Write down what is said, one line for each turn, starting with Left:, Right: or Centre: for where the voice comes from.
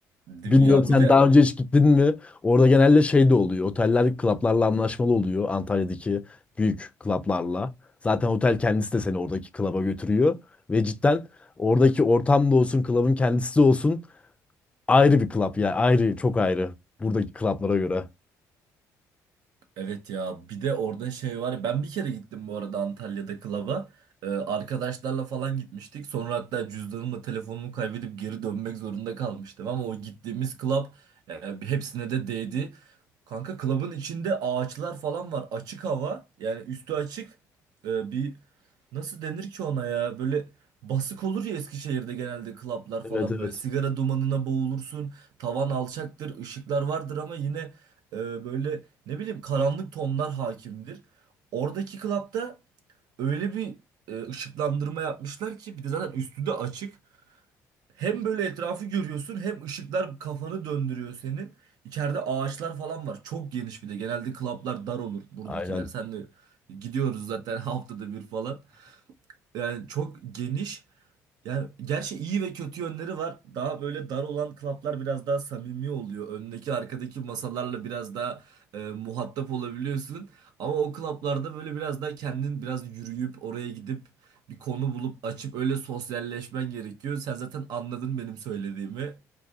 Right: Değil
Left: Bilmiyorum
Right: mi ya?
Left: sen
Right: Bir de
Left: daha önce hiç gittin mi? Orada genelde şey de oluyor. Oteller klaplarla anlaşmalı oluyor. Antalya'daki büyük klaplarla. Zaten otel kendisi de seni oradaki klaba götürüyor. Ve cidden oradaki ortam da olsun, klabın kendisi de olsun ayrı bir klap ya. Ayrı, çok ayrı. Buradaki klaplara göre.
Right: Evet ya bir de orada şey var. ya, Ben bir kere gittim bu arada Antalya'da klaba. Ee, arkadaşlarla falan gitmiştik. Sonra hatta cüzdanımla telefonumu kaybedip geri dönmek zorunda kalmıştım. Ama o gittiğimiz klap yani hepsine de değdi. Kanka klabın içinde ağaçlar falan var. Açık hava yani üstü açık. Ee, bir nasıl denir ki ona ya böyle basık olur ya Eskişehir'de genelde klaplar
Left: Evet
Right: falan
Left: evet.
Right: böyle sigara dumanına boğulursun. Tavan alçaktır ışıklar vardır ama yine e, böyle ne bileyim karanlık tonlar hakimdir. Oradaki klapta öyle bir e, ışıklandırma yapmışlar ki bir de zaten üstü de açık. Hem böyle etrafı görüyorsun hem ışıklar kafanı döndürüyor senin. İçeride ağaçlar falan var. Çok geniş bir de. Genelde klaplar dar olur buradakiler.
Left: Aynen.
Right: Sen de gidiyoruz zaten <laughs> haftada bir falan. Yani çok geniş. Yani gerçi iyi ve kötü yönleri var. Daha böyle dar olan klaplar biraz daha samimi oluyor. Öndeki arkadaki masalarla biraz daha e, muhatap olabiliyorsun. Ama o klaplarda böyle biraz daha kendin biraz yürüyüp oraya gidip bir konu bulup açıp öyle sosyalleşmen gerekiyor. Sen zaten anladın benim söylediğimi.